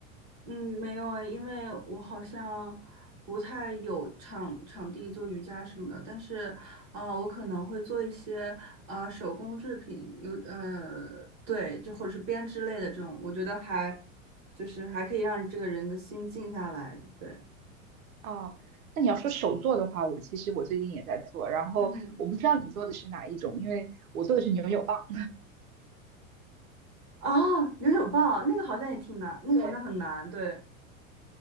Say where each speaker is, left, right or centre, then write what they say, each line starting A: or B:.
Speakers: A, on the right; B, on the right.
A: 嗯，没有哎，因为我好像不太有场场地做瑜伽什么的，但是啊、我可能会做一些啊、手工制品，有呃对，就或者是编织类的这种，我觉得还就是还可以让这个人的心静下来，对，
B: 啊，那你要说手作的话，我其实我最近也在做，然后我不知道你做的是哪一种，
A: 嗯。
B: 因为我做的是扭扭棒。
A: 啊，扭扭棒那个好像也挺难，
B: <laughs>
A: 那个好像很难，
B: 对。
A: 对。